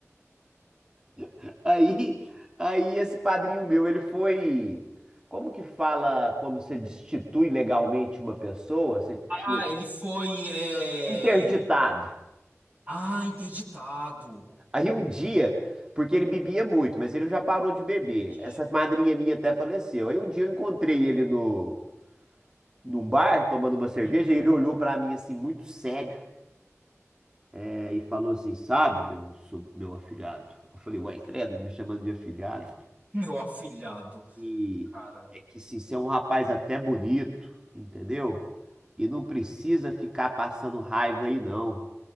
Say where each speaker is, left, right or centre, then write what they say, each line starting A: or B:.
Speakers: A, on the right (about 15°); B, on the right (about 30°).
A: <laughs> Aí, aí esse padrinho meu, ele foi. Como que fala quando você destitui legalmente uma pessoa? Você
B: Ah,
A: tira.
B: ele foi. é,
A: Interditado.
B: Ah, interditado.
A: Aí um dia, porque ele bebia muito, mas ele já parou de beber.
B: Ixi.
A: Essa madrinha minha até faleceu. Aí um dia eu encontrei ele no, num bar, tomando uma cerveja,
B: Uhum.
A: e ele olhou pra mim assim, muito sério, é, e falou assim: Sabe, meu, so- meu afilhado? Eu falei, uai, credo, ele me chamando de afilhado.
B: Meu afilhado,
A: E
B: cara.
A: é que sim, você é um rapaz até bonito, entendeu? E não precisa ficar passando raiva aí, não.